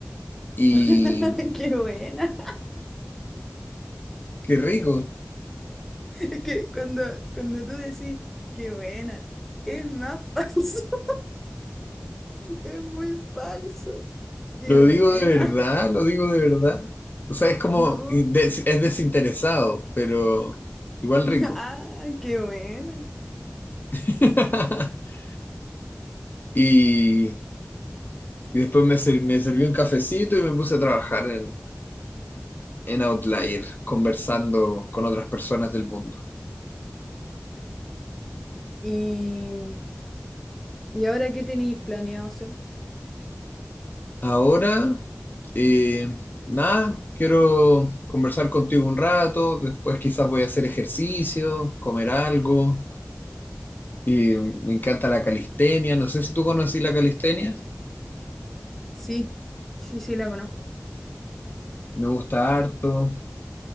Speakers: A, on the left; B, in the centre.
A: y
B: <laughs> ¡Qué buena!
A: qué rico.
B: Es que cuando, cuando tú decís, qué buena, es más falso, <laughs> es muy falso. Qué
A: Lo
B: buena,
A: digo de verdad, lo digo de verdad. O sea, es como,
B: no,
A: des- es desinteresado, pero igual
B: <laughs>
A: rico.
B: ah, qué buena.
A: <laughs> Y, y después me, sir- me sirvió un cafecito y me puse a trabajar en, en Outlier, conversando con otras personas del mundo.
B: ¿Y, y ahora qué tenéis planeado hacer?
A: Ahora, eh, nada, quiero conversar contigo un rato, después quizás voy a hacer ejercicio, comer algo, y me encanta la calistenia, no sé si tú conocí la calistenia,
B: Sí, sí, sí, la conozco.
A: me gusta harto,